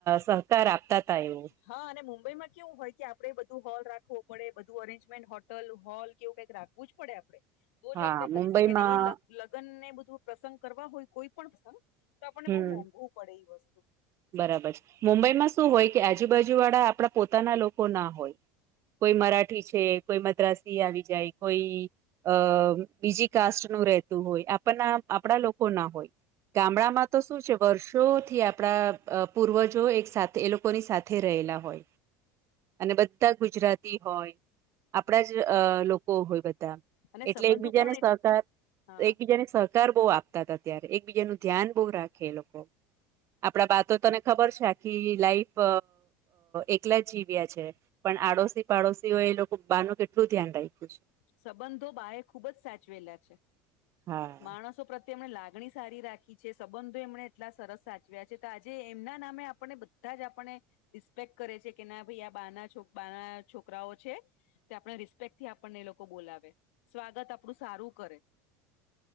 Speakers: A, on the right (about 40°); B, on the left (about 65°).
A: સહકાર આપતા ત એવું
B: હા અને મુંબઈમાં કેવું હોય કે આપડે બધું હોલ રાખવો પડે બધું અરેન્જમેન્ટ હોટલ હોલ કેવું કંઈક રાખવું જ પડે આપડે તો
A: હા
B: જ આપણે કરી
A: મુંબઈમાં
B: શકીએ ને એ લગ લગ્ન ને બધું પ્રસંગ કરવા હોય કોઈ પણ પ્રસંગ તો આપણને
A: હમ
B: બહુ મોંઘવું પડે એ વસ્તુ
A: બરાબર છે મુંબઈમાં શું હોય કે આજુબાજુ વાળા આપણા પોતાના લોકો ના હોય. કોઈ મરાઠી છે કોઈ મદ્રાસી આવી જાય કોઈ અ બીજી કાસ્ટ નું રહેતું હોય આપના આપણા લોકો ના હોય. ગામડામાં તો શું છે, વર્ષોથી આપડા અ પૂર્વજો એક સાથે એ લોકોની સાથે રહેલા હોય. અને બધા ગુજરાતી હોય આપણા જ અ લોકો હોય બધા
B: અને
A: એટલે
B: સંબંધો
A: એકબીજાને
B: પણ
A: સહકાર
B: એ- હા
A: એકબીજાને સહકાર બ આપતા હતા ત્યારે એક બીજા નું ધ્યાન બહ રાખે એ લોકો આપડા બા તો તને ખબર છે, અખી લાાઈફ એકલા જ જીવ્યા છે પણ આડોશી પાડોશીઓ એ લોકો બા નું કેટલું ધ્યાન રાખ્યું છે.
B: સંબંધો બા એ ખૂબ જ સાચવેલા છે.
A: હા
B: માણસો પ્ર તેમણે લાગણી સારી રાખી છે સંબંધો એમને એટલા સરસ સાચવ્યા છે તો આજે એમના નામે આપને બધા જ આપણે રિસ્પેક્ટ કરે છે કે ના ભાઈ આ બાના છો બાના છોકરાઓ છે. તે આપણા રિસ્પેક્ટ થી આપણને એ લોકો બોલાવે, સ્વાગત આપણું સારું કરે